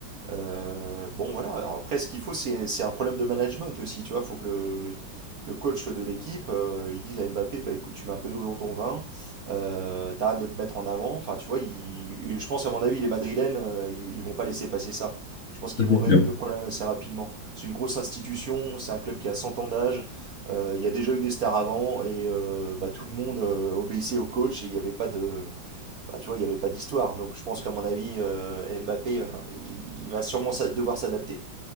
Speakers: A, on the right; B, on the left.
A: Euh, bon voilà, Alors, après ce qu'il faut, c'est c'est un problème de management aussi. Tu vois, il faut que le, le- le coach de l'équipe, euh, il dise à Mbappé, bah, écoute, tu mets un peu d'eau dans ton vin euh, t'arrêtes de te mettre en avant. Enfin, tu vois, il- il- je pense, à mon avis, les Madrilènes, euh, ils, ils vont pas laisser passer ça. Je pense qu'ils
B: Ça,
A: vont
B: c'est
A: résoudre
B: sûr.
A: le problème assez rapidement. C'est une grosse institution, c'est un club qui a 100 ans d'âge, euh, il y a déjà eu des stars avant, et euh, bah, tout le monde euh, obéissait au coach, et il n'y avait pas de, bah, tu vois, il y avait pas d'histoire. Donc je pense qu'à mon avis, euh, Mbappé, enfin, il, il va sûrement s'a- devoir s'adapter.